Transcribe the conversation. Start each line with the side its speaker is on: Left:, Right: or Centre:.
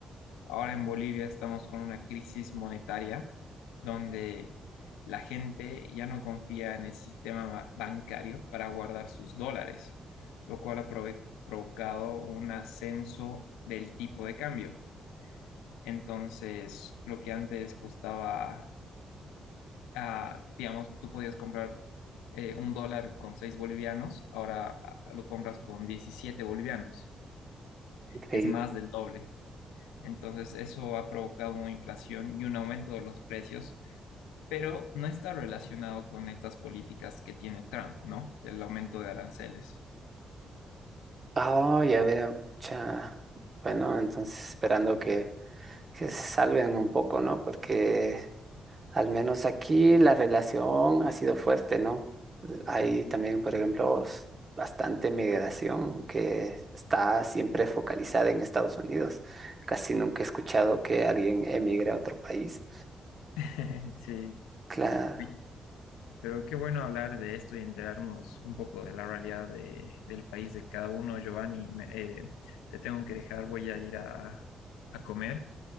Left: Ahora en Bolivia estamos con una crisis monetaria donde la gente ya no confía en el sistema ba- bancario para guardar sus dólares, lo cual ha prove- provocado un ascenso del tipo de cambio. Entonces, lo que antes costaba, ah, digamos, tú podías comprar eh, un dólar con seis bolivianos, ahora ah, lo compras con 17 bolivianos.
Right: Increíble.
Left: Es más del doble. Entonces, eso ha provocado una inflación y un aumento de los precios, pero no está relacionado con estas políticas que tiene Trump, ¿no? Del aumento de aranceles.
Right: Oh, ya veo, pucha. Bueno, entonces esperando que, que se salven un poco, ¿no? Porque Al menos aquí la relación ha sido fuerte, ¿no? Hay también, por ejemplo, s- bastante migración que está siempre focalizada en Estados Unidos. Casi nunca he escuchado que alguien emigre a otro país.
Left: <laughs> Sí,
Right: Claro,
Left: Oye, pero qué bueno hablar de esto y enterarnos un poco de la realidad de- del país de cada uno. Giovanni, me- eh, te tengo que dejar, voy a ir a, a comer.